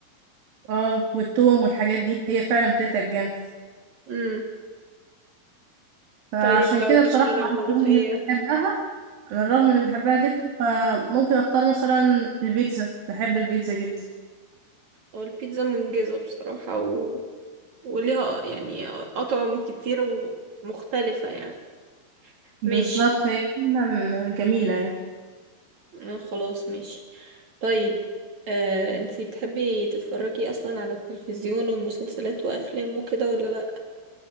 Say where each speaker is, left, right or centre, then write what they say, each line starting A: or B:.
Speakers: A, on the right; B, on the right.
A: اه والثوم والحاجات دي هي فعلا بتتعب جامد
B: امم
A: فعشان
B: طيب لو
A: كده بصراحة
B: مش من الملوخية
A: على الرغم إني بحبها على الرغم
B: مم.
A: إني بحبها جدا فممكن أختار مثلا البيتزا بحب البيتزا جدا
B: هو البيتزا منجزة بصراحة و... وليها يعني أطعم كتير ومختلفة يعني
A: بالظبط
B: ماشي
A: هي فعلا جميلة يعني
B: آه، خلاص ماشي طيب آه، انتي بتحبي تتفرجي أصلا على التلفزيون ومسلسلات وأفلام وكده ولا لأ؟